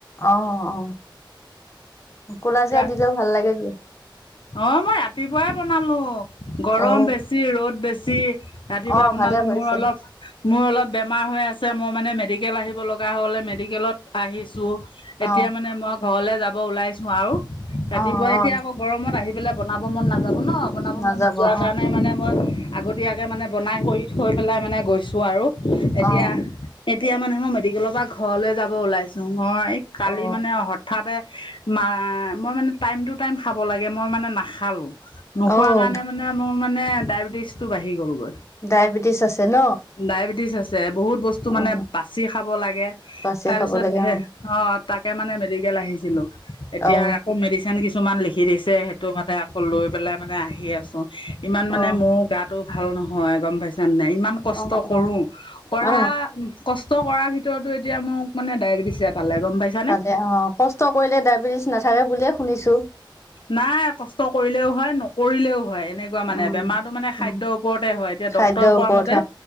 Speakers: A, on the left; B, on the left.
A: অ', অ' কুলা
B: তা
A: জীয়া দিলেও ভাল লাগে দিয়া।
B: অ' মই ৰাতিপুৱাই বনালো। গৰম
A: অ
B: বেছি ৰ'দ বেছি। ৰাতিপুৱা
A: অ
B: বনালো
A: ভালে কৰিছে
B: মোৰ অলপ মোৰ অলপ বেমাৰ হৈ আছে। মই মানে মেডিকেল আহিব লগা হ'লে মেডিকেলত আহিছো।
A: অ
B: এতিয়া মানে মই ঘৰলে যাব ওলাইছো আৰু ৰাতিপুৱা
A: অ
B: এতিয়া
A: অ
B: আকৌ গৰমত আহি পেলাই বনাব মন নাযাব ন। বনাব
A: নাযাব
B: মন নোযোৱাৰ
A: অ
B: কাৰণে মানে মই আগতীয়াকে মানে বনাই কৰি থৈ পেলাই মানে গৈছো আৰু। এতিয়া-এতিয়া
A: অ
B: মানে মই মেডিকেলৰ পৰা ঘৰলে যাব ওলাইছো। মই কালি
A: অ
B: মানে হঠাতে মা মই মানে টাইম টু টাইম খাব লাগে মই মানে নাখালো। নোখোৱা
A: অ অ
B: কাৰণে মানে মোৰ মানে ডায়বেটিছ টো বাঢ়ি গ'লগৈ।
A: ডায়েবেটিছ আছে ন।
B: ডায়েবেটিছ আছে। বহুত বস্তু মানে
A: অ
B: বাচি খাব লাগে।
A: বাচি
B: তাৰপিছত
A: খাব লাগে
B: হে অ' তাক তে মানে মেডিকেল আহিছিলো। এতিয়া
A: অ
B: আকৌ মেডিচিন কিছুমান লিখি দিছে। সেইটো মানে আকৌ লৈ পেলাই মানে আহি আছো। ইমান
A: অ
B: মানে মোৰ গাটো ভাল নহয়। গম পাইছা নাই? ইমান কষ্ট
A: অ অ
B: কৰো
A: অ
B: কৰা
A: অ
B: কষ্ট <unintelligible> কৰাৰ ভিতৰতো এতিয়া মোক মানে ডায়েবেটিছে পালে গম পাইছানে
A: পালে অ', কষ্ট কৰিলে ডায়বেটিছ নাথাকে বুলিয়ে শুনিছো।
B: নাই কষ্ট কৰিলেও হয় নকৰিলেও হয় তেনেকুৱা মানে
A: উম
B: বেমাৰতো মানে খাদ্যৰ
A: উম
B: ওপৰতে হয়। এতিয়া
A: খাদ্যৰ
B: ডক্তৰে কোৱা
A: ওপৰত
B: মতে